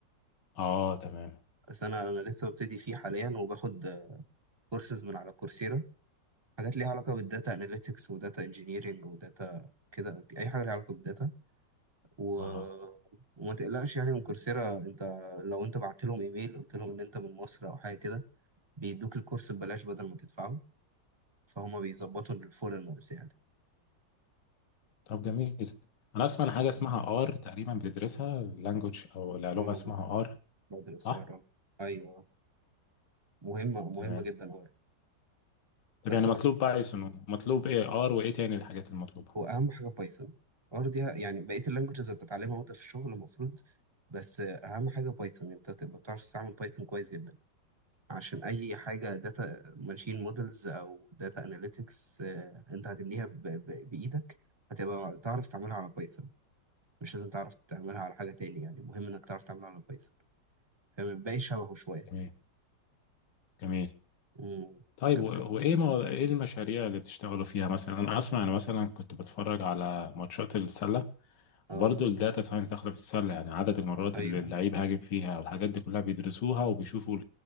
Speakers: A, on the left (about 75°); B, on the right (about 25°).
A: اه تمام
B: بس انا انا لسه ببتدي فيه حاليا وباخد كورسز من على كورسيرا حاجات ليها علاقه بالداتا اناليتكس وداتا انجينيرنج وداتا كده اي حاجه ليها علاقه بالداتا و...
A: اه
B: وما تقلقش يعني من كورسيرا انت لو انت بعت لهم ايميل قلت لهم ان انت من مصر او حاجه كده بيدوك الكورس ببلاش بدل ما تدفعه فهم بيظبطوا للفورنرز يعني
A: طب جميل انا اسمع عن حاجه اسمها ار تقريبا بتدرسها لانجوج او لا
B: و-
A: لغه اسمها ار
B: بدرس
A: صح
B: اه ايوه مهمه
A: تمام
B: مهمه جدا اه
A: طب
B: بس
A: يعني
B: هو
A: مطلوب بايثون ومطلوب ايه ار وايه تاني الحاجات المطلوبه
B: واهم حاجه بايثون دي يعني بقيه اللانجوجز هتتعلمها وانت في الشغل المفروض بس اهم حاجه بايثون انت تبقى بتعرف تستعمل بايثون كويس جدا عشان اي حاجه داتا ماشين مودلز او داتا اناليتكس انت هتبنيها ب- ب- بايدك هتبقى تعرف تعملها على بايثون مش لازم تعرف تعملها على حاجه تاني يعني مهم انك تعرف تعملها على بايثون فما بقاش شبهه شويه
A: جميل جميل
B: امم
A: طيب
B: كنت
A: و- وايه مو... ايه المشاريع اللي بتشتغلوا فيها مثلا انا اسمع انا مثلا كنت بتفرج على ماتشات السله
B: اه
A: وبرضه الداتا ساينس داخله في السله يعني عدد المرات
B: ايوه
A: اللي اللعيب هاجم فيها والحاجات دي كلها بيدرسوها وبيشوفوا